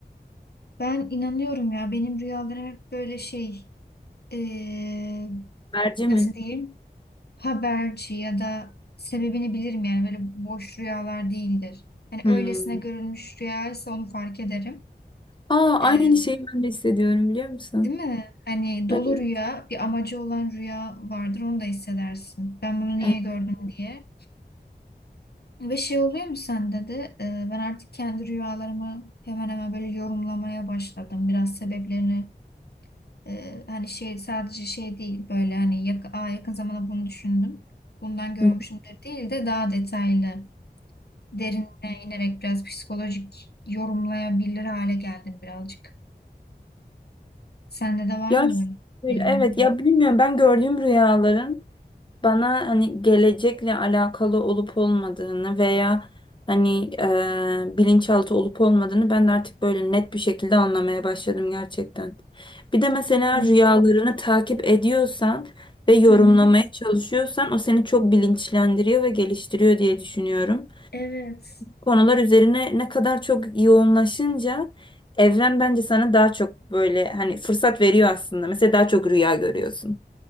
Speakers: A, on the left; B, on the left.
A: Ben inanıyorum ya benim rüyalarım hep böyle şey eee,
B: Merci mi?
A: nasıl diyeyim haberci ya da sebebini bilirim yani böyle boş rüyalar değildir. Hani
B: Hmm.
A: öylesine görülmüş rüyaysa onu fark ederim.
B: Aa aynı
A: Eee,
B: şeyi ben de hissediyorum biliyor musun?
A: değil mi? Hani dolu
B: Evet.
A: rüya bir amacı olan rüya vardır onu da hissedersin. Ben bunu niye
B: Evet.
A: gördüm diye. Ve şey oluyor mu sende de e, ben artık kendi rüyalarımı hemen hemen böyle yorumlamaya başladım. Biraz sebeplerini e, hani şey sadece şey değil böyle hani yak Aa, yakın zamanda bunu düşündüm. Bundan görmüşümdür
B: Hı.
A: değil de daha detaylı derinine inerek biraz psikolojik yorumlayabilir hale geldim birazcık. Sende de var
B: Ya
A: mı öyle
B: şöyle,
A: şeyler?
B: evet ya bilmiyorum ben gördüğüm rüyaların bana hani gelecekle alakalı olup olmadığını veya hani e, bilinçaltı olup olmadığını ben de artık böyle net bir şekilde anlamaya başladım gerçekten. Bir de mesela
A: Değil mi?
B: rüyalarını takip ediyorsan ve yorumlamaya
A: Hı hı.
B: çalışıyorsan o seni çok bilinçlendiriyor ve geliştiriyor diye düşünüyorum.
A: Evet.
B: Konular üzerine ne kadar çok yoğunlaşınca evren bence sana daha çok böyle hani fırsat veriyor aslında. Mesela daha çok rüya görüyorsun.